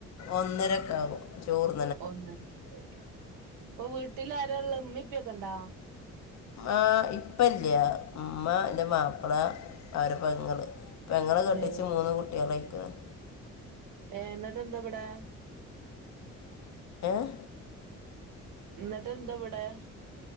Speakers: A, on the left; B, on the right.
A: ഒന്നരക്കെ ആകും ചോറ്
B: ഒന്നരക്ക് ഇപ്പൊ വീട്ടില ആരള്ള ഉമ്മിപ്പൊക്കെ ഉണ്ടാ
A: ആഹ് ഇപ്പല്ല ഉമ്മ അ മാപ്പിള അവരുടെ പെങ്ങള് പെങ്ങളെ കെട്ടിച്ച്
B: ഏഹ്
A: മൂന്ന് കുട്ടികളായിക്കുന്നത്
B: ഏഹ് എന്നിട്ട് എന്താ ഇവിടെ
A: ഏഹ്
B: എന്നിട്ട് എന്താ ഇവിടെ